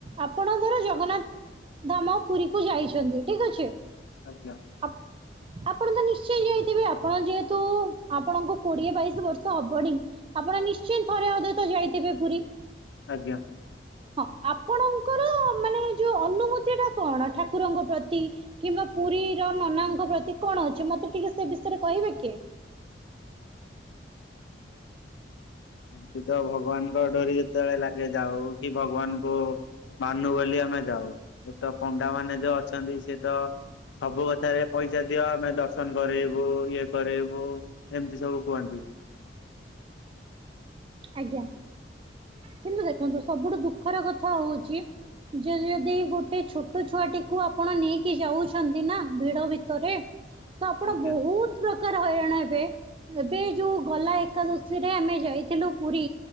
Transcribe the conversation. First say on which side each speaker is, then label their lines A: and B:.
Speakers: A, on the right; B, on the left.
A: ଆପଣ ଧର ଜଗନ୍ନାଥ ଧାମ ପୁରୀ କୁ ଯାଇଛନ୍ତି ଠିକ ଅଛି।
B: ଆଜ୍ଞା।
A: ଆପ ଆପଣ ତ ନିଶ୍ଚୟ ଯାଇଥିବେ ଆପଣ ଯେହେତୁ ଆପଣଙ୍କୁ କୋଡିଏ ବାଇଶି ବର୍ଷ ହବନି। ଆପଣ ନିଶ୍ଚୟ ଥରେ ଅଧେ ତ ଯାଇଥିବେ ପୁରୀ।
B: ଆଜ୍ଞା।
A: ହଁ ଆପଣଙ୍କର ମାନେ ଯୋଉ ଅନୁମତି ଟା କଣ ଠାକୁରଙ୍କ ପ୍ରତି? କିମ୍ବା ପୁରୀ ର ନନାଙ୍କ ପ୍ରତି କଣ ଅଛି ମତେ ଟିକେ ସେ ବିଷୟରେ କହିବେ କି?
B: ଏମତି ତ ଭଗବାନଙ୍କ ଡୋରି ଯେତେବେଳେ ଲାଗେ ଯାଉ କି ଭଗବାନଙ୍କୁ ମାନୁ ବୋଲି ଆମେ ଯାଉ ଏ ତ ପଣ୍ଡା ମାନେ ଯୋଉ ଅଛନ୍ତି ସେ ତ ସବୁ କଥାରେ ପଇସା ଦିଅ ଆମେ ଦର୍ଶନ କରରେଇବୁ ଇଏ କରରେଇବୁ। ଏମିତି ସବୁ କୁହନ୍ତୁ।
A: ଆଜ୍ଞା କିନ୍ତୁ ଦେଖନ୍ତୁ ସବୁଠୁ ଦୁଃଖର କଥା ହଉଛି ଯେ ଯଦ ଗୋଟେ ଛୋଟ ଛୁଆଟିକୁୁ ଆପଣ ନେଇକି ଯାଉଛନ୍ତି ନା ଭିଡ ଭିତରେ ତ ଆପଣ
B: ଆଜ୍ଞା
A: ବହୁତ ପ୍ରକାର କାର ହଇରାଣ ଏବେ ଏବେ ଯୋଉ ଗଲା ଏକାଦଶୀରେ ଆମେ ଯାଇ ଥିଲ ପୁରୀ